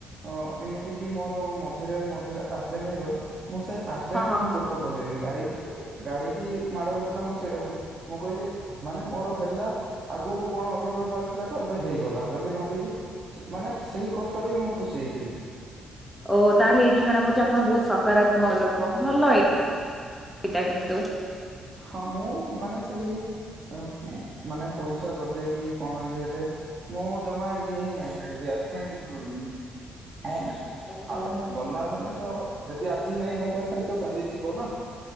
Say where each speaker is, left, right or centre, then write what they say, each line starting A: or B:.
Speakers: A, on the right; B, in the centre.
A: ଅ ଏମିତିକି ମୋର ମଝିରେ ମଝିରେ ଆକ୍ସିଡେଣ୍ଟ ହେଇଗଲା। ମୁଁ ସେ ଆକ୍ସିଡେଣ୍ଟକୁ
B: ହଁ
A: ମୁଁ ଦୁଃଖ କଲିନି। ଗାଡ଼ି-ଗାଡ଼ି କି ମାଡ଼ ହେଇଥିଲା ମୁଁ ସେଇଟାକୁ ମୁଁ କହିଲି ମାନେ ମୋର ହେଲା। ଆଗକୁ କଣ ଅଧିକ ହେବାର ଥିଲା ତ ଏବେ ହେଇଗଲା। ବୋଲି ଭାବିକି ମାନେ ସେହି କଷ୍ଟରେ ବି ମୁଁ ଖୁସି ହେଇଥିଲି।
B: ଓ ତାହେଲେ ଏଇଠୁ ଜଣା ପଡୁଛି। ଆପଣ ବହୁତ୍ ସକାରାତ୍ମକ ଲୋକ। ଭଲ ଏଇ-ଏଇଟା କିନ୍ତୁ
A: ହଁ। ମୁଁ ମାନେ ସେଇ ନମସ୍କାର୍। ମାନେ ପଇସା ଗଲେ କି କଣ ଇଏ ହେଲେ ମୁଁ ଜମା ଇଏ ହିଁ ନାହିଁ ରିଆକ୍ସନ୍ କିଛି କରିବିନି। କଣ ପାଇଁ?
B: ଓହୋ
A: ଆରେ
B: ହୋ
A: ଗଲା ବଲେ ତ ଯଦି ଆଜି ନାଇଁ ମୋ ପାଖରେ ତ କାଲି ଥିବ ନା।